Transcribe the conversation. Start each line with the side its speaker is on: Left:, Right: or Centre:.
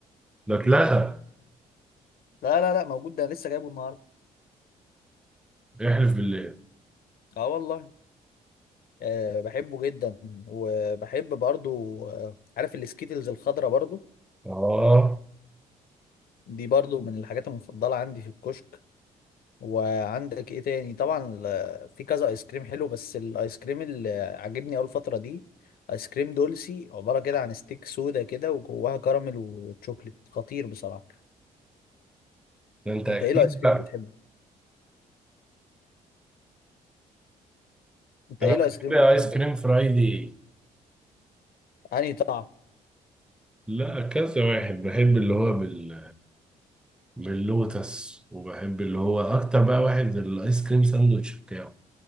Centre: ده اتلغى
Left: لا لا لا موجود ده أنا لسه جايبه النهارده
Centre: احلف بالله
Left: اه والله آه بحبه جدا وبحب برضو آه عارف السكيتلز الخضرا برضو
Centre: اه
Left: دي برضو من الحاجات المفضله عندي في الكشك وعندك ايه تاني طبعا ال- في كذا ايس كريم حلو بس الايس كريم اللي عاجبني اول فتره دي ايس كريم دولسي عباره كده عن ستيك سودا كده وجواها كراميل وتشوكليت خطير بصراحه
Centre: ده انت
Left: انت
Centre: اكيد
Left: ايه الايس كريم
Centre: بقى
Left: بتحبه انت
Centre: انا
Left: ايه الايس
Centre: بحب
Left: كريم
Centre: ايس
Left: بتحبه
Centre: كريم فرايدي
Left: انهي طعم
Centre: لا كذا واحد بحب اللي هو بال... باللوتس وبحب اللي هو اكتر بقى واحد الايس كريم ساندوتش بتاعه